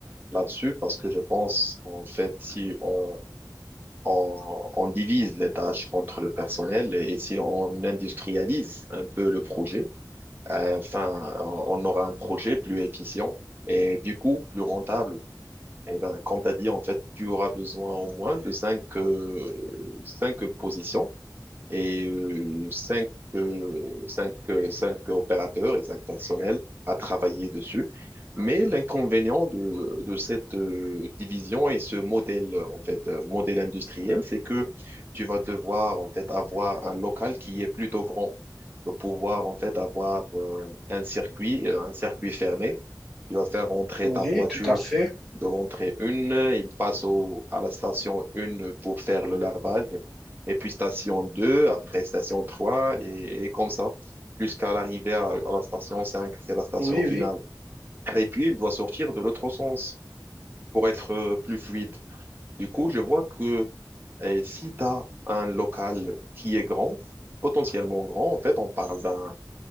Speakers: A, on the right; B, in the centre.
A: là-dessus parce que je pense, en fait, si on, on, on divise les tâches entre le personnel et si on industrialise un peu le projet, euh, enfin, on aura un projet plus efficient et du coup plus rentable Eh ben, comme tu as dit, en fait, tu auras besoin au moins de cinq, euh, cinq positions et euh, cinq, euh, cinq, euh, cinq opérateurs et cinq personnels à travailler dessus. Mais l'inconvénient de, de cette euh, division et ce modèle, en fait, euh, modèle industriel, c'est que tu vas devoir, en fait, avoir un local qui est plutôt grand pour pouvoir, en fait, avoir euh, un circuit, euh, un circuit fermé il va faire rentrer
B: Oui,
A: ta voiture
B: tout à fait.
A: de l'entrée 1, il passe au, à la station 1 pour faire le lavage, et puis station 2, après station 3 et, et comme ça, jusqu'à l'arrivée à, à la station 5 c'est la station
B: Oui, oui,
A: finale. Et puis, il doit sortir de l'autre sens pour être euh, plus fluide. Du coup, je vois que euh, si tu as un local qui est grand, potentiellement grand, en fait, on parle d'un